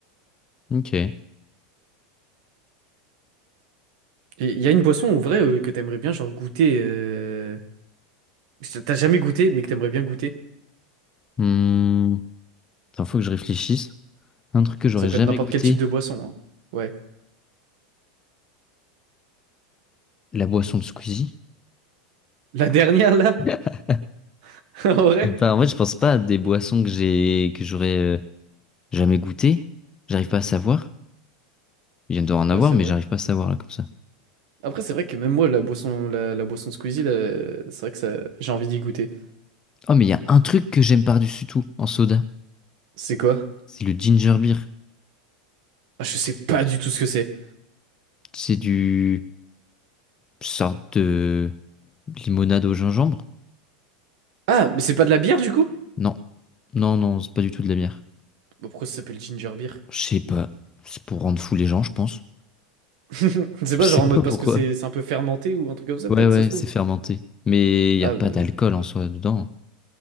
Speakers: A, on the left; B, on the right.
A: Ok.
B: Et il y a une boisson en vrai euh, que t'aimerais bien genre goûter. euh, que T'as jamais goûté mais que t'aimerais bien goûter.
A: Hmm. Attends, faut que je réfléchisse. Un truc que j'aurais
B: Ça peut
A: jamais
B: être n'importe
A: goûté,
B: quel type de boisson hein. Ouais.
A: la boisson de Squeezie.
B: La dernière là,
A: <laughs>
B: <laughs> en vrai.
A: Je sais pas, en fait, je pense pas à des boissons que j'ai, que j'aurais euh, jamais goûté. J'arrive pas à savoir. Il vient d'en avoir,
B: Ouais, c'est
A: mais
B: vrai.
A: j'arrive pas à savoir là comme ça.
B: Après, c'est vrai que même moi, la boisson, la, la boisson de Squeezie, là, c'est vrai que ça, j'ai envie d'y goûter.
A: Oh, mais il y a un truc que j'aime par-dessus tout en soda.
B: C'est quoi?
A: C'est le ginger beer.
B: Ah, je sais pas du tout ce que c'est.
A: C'est du... sorte de limonade au gingembre?
B: Ah, mais c'est pas de la bière du coup?
A: Non. Non, non, c'est pas du tout de la bière.
B: Bah, pourquoi ça s'appelle ginger beer?
A: Je sais pas. C'est pour rendre fou les gens, je pense.
B: <laughs> C'est
A: Je
B: pas
A: sais
B: genre
A: pas
B: en mode
A: pourquoi.
B: parce que c'est c'est un peu fermenté ou un truc comme ça,
A: Ouais,
B: peut-être,
A: ouais,
B: ça se trouve.
A: c'est fermenté. Mais il n'y
B: Ah,
A: a pas
B: bah...
A: d'alcool en soi dedans. hein.